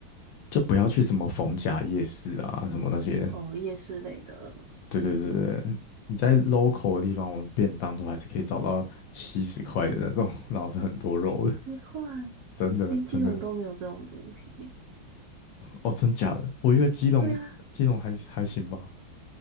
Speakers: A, on the left; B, on the right.
A: 就不要去什么逢甲夜市啊，什么那些。
B: <laughs> 哦，夜市类的，
A: 对对对对，你在 local 的地方，我们便当都还是可以找到七十块的那种，然后是很多肉的，
B: 七十块，
A: 真的真的。
B: 连基隆都没有这种东西。
A: 哦，真假的？我以为基隆基隆还还行吧，
B: 对啊，